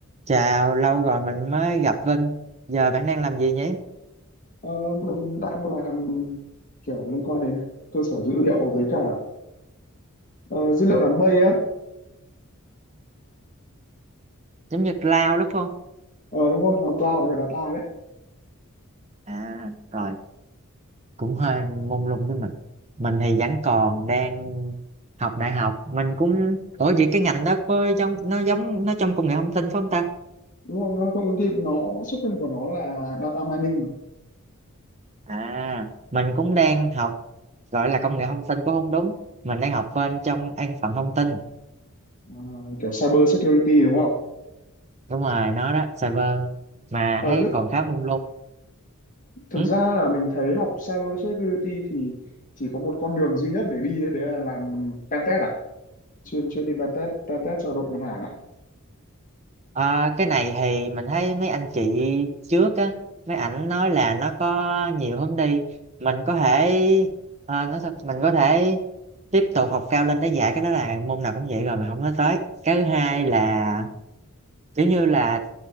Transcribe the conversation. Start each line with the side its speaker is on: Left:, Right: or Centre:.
Right: Chào, lâu rồi mình mới gặp Vinh. Giờ bạn đang làm gì nhỉ?
Left: Ờ, mình đang làm kiểu liên quan đến cơ sở dữ liệu với cả ờ, dữ liệu đám mây á
Right: Giống như lao đúng không?
Left: ờ, đúng rồi làm cloud với cả data đấy
Right: À, rồi, cũng hơi mông lung với mình. Mình thì vẫn còn đang học đại học. Mình cũng... Ủa vậy cái ngành đó có giống nó giống nó trong công nghệ thông tin phải không ta?
Left: đúng rồi nó công ty nó xuất thân của nó là data mining mà
Right: À, mình cũng đang học gọi là công nghệ thông tin cũng không đúng. Mình đang học bên trong an toàn thông tin.
Left: Ờ, kiểu cyber security đúng không
Right: Đúng rồi, nó đó, cyber. Mà
Left: ờ,
Right: thấy
Left: nhưng
Right: còn khá mông lung.
Left: thực
Right: Ừ,
Left: ra là mình thấy học cyber security thì chỉ có một con đường duy nhất để đi ấy, đấy là làm pentest à chuyên chuyên đi pentest pentest cho đội ngân hàng à
Right: Ờ, cái này thì mình thấy mấy anh chị trước á mấy ảnh nói là nó có nhiều hướng đi mình có thể ờ, nó sao- mình có thể tiếp tục học cao lên để dạy cái đó là môn nào cũng vậy rồi mình không nói tới cái thứ hai là kiểu như là